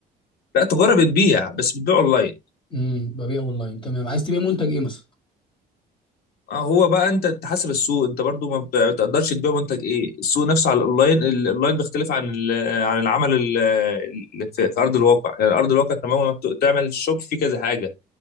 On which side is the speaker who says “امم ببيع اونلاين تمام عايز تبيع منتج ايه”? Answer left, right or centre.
Left